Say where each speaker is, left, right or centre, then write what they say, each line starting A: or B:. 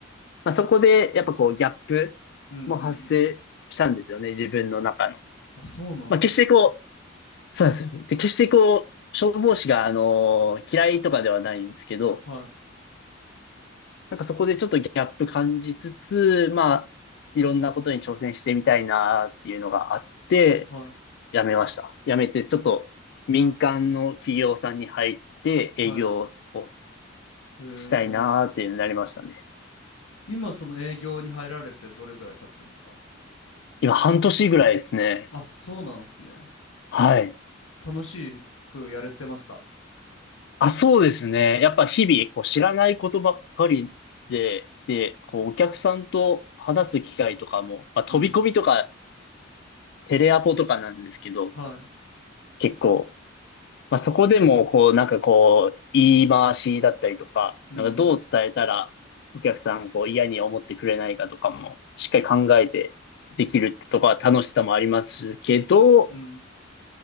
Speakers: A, on the left; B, on the left.
A: まあ、そこで、やっぱこう、ギャップも発生したんですよね、
B: うん、うん、うん。
A: 自分の中の。
B: あ、そうなんですね。
A: まあ、決してこう、そうなんですよ。で、決してこう、消防士が、あのー嫌いとかではないんですけど、
B: はい、
A: なんかそこでちょっとギャップ感じつつ、まあ、いろんなことに挑戦してみたいなっていうのがあって、
B: はい、
A: 辞めました。辞めて、ちょっと民間の企業さんに入って営業を
B: はい。へえ。
A: したいなっていうのになりましたね。
B: 今、その営業に入られてどれぐらい経つんですか
A: 今、半年ぐらいですね。
B: あ、そうなんですね。
A: はい。
B: 楽しくやれてますか
A: あ、そうですね。やっぱ日々、こう、知らないことばっかりで、で、こう、お客さんと話す機会とかも、まあ、飛び込みとか、
B: うん、
A: テレアポとかなんですけど、
B: はい、
A: 結構、まあ、そこでも、こう、なんかこう、言い回しだったりとか、
B: うん、
A: なんかどう伝えたら、
B: うん。
A: お客さん、こう、嫌に思ってくれないかとかも、しっかり考えてできるってとこは楽しさもありますけど、
B: へえ、うん。